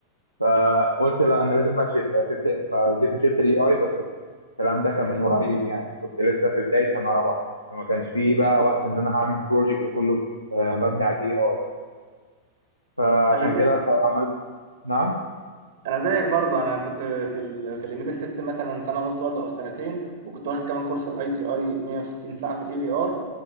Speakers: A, on the right (about 85°); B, on the right (about 60°).
A: فقلت لا انا لازم بقى شيفت شيفت فجيت شيفت الاي اي بس الكلام ده كان من قريب يعني كنت لسه في بداية سنة رابعة فما كانش فيه بقى وقت إن أنا هعمل بروجكت كله آه، مبني على الإي آي فعشان
B: انا زيك
A: كده عملت نعم
B: انا زيك برضو انا كنت في ال في الامبيدد سيستم مثلا سنه ونص برضو او سنتين وكنت واخد كمان كورس الاي تي اي 160 ساعه في الاي في ار